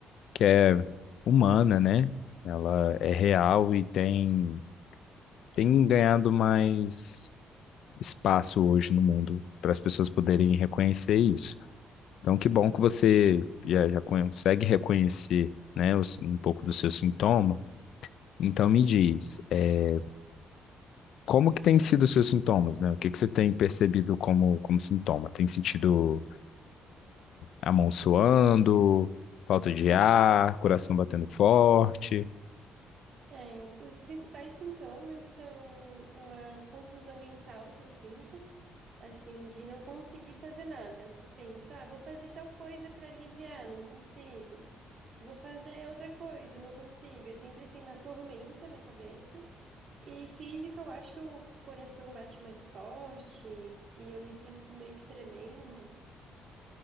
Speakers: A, on the left; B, on the right.
A: que é humana, né? Ela é real e tem, tem ganhado mais espaço hoje no mundo para as pessoas poderem reconhecer isso. Então, que bom que você já, já consegue reconhecer, né, os- um pouco do seu sintoma. Então, me diz, é, como que têm sido os seus sintomas, né? O que que você tem percebido como, como sintoma? Tem sentido a mão suando, falta de ar, coração batendo forte?
B: É, o- os principais sintomas são uma confusão mental que eu sinto, assim, de não conseguir fazer nada. Eu penso, ah, vou fazer tal coisa para aliviar, não consigo. Vou fazer outra coisa, não consigo. É sempre assim uma tormenta na cabeça. E física, eu acho que o coração bate mais forte e eu me sinto meio que tremendo.